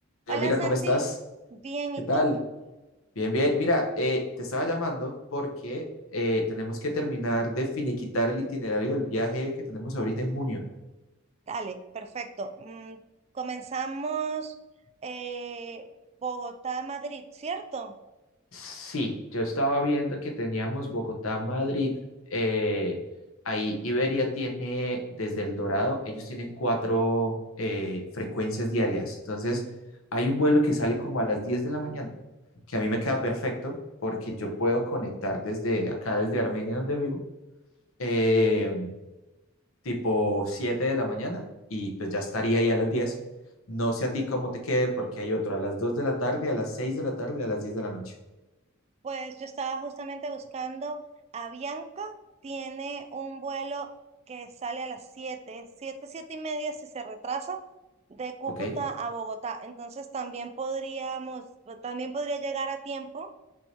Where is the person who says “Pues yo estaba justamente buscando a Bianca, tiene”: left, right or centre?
Right